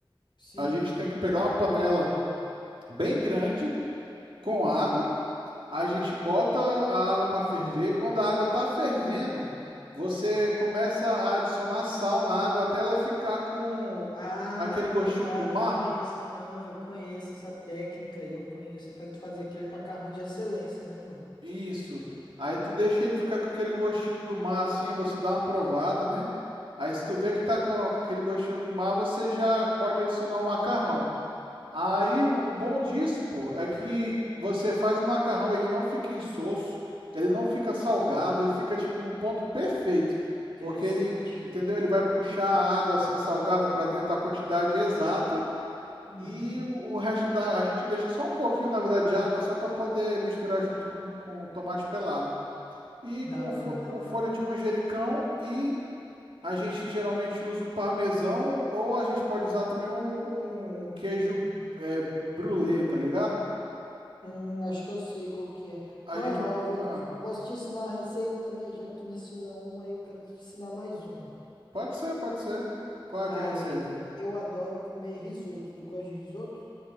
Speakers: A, on the left; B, on the right.
A: Sim.
B: a gente tem que pegar uma panela bem grande, com água, A gente bota a água para ferver. Quando a água está fervendo, você começa a adicionar sal na água até ela ficar com
A: Ah,
B: aquele gostinho
A: tô ligado,
B: do mar.
A: eu conheço, ah, eu conheço essa técnica aí, eu conheço, é pra tu fazer aquele macarrão de excelência, né, mano?
B: Isso. Aí tu deixa ele ficar com aquele gostinho do mar assim, você dá uma provada, né? Aí se tu vê que tá com com aquele gostinho do mar, você já pode adicionar o macarrão. Aí o o bom disso, pô, é que você faz o macarrão, ele não fica insosso, ele não fica salgado, ele fica tipo num ponto perfeito,
A: Interessante.
B: porque ele, entendeu? Ele vai puxar a água assim salgada para dentro a quantidade exata
A: Uhum,
B: e o, o resto da a gente deixa só um pouquinho, na verdade, de água só para poder misturar junto com, com o tomate pelado. E
A: da
B: com,
A: hora,
B: fo-
A: da
B: com
A: hora.
B: folha de manjericão e a gente geralmente usa o parmesão ou a gente pode usar também um, um- um queijo é, brulê, tá ligado?
A: Hum, acho que eu sei qual que é.
B: A
A: Mano,
B: gente.
A: ó, eu vou,
B: Ah,
A: vou- posso te ensinar a receita também, já que tu me ensinou uma e eu quero te ensinar mais uma.
B: pode ser, pode ser. Qual
A: Cara,
B: é que é a receita?
A: eu, eu adoro comer risoto, tu gosta de risoto?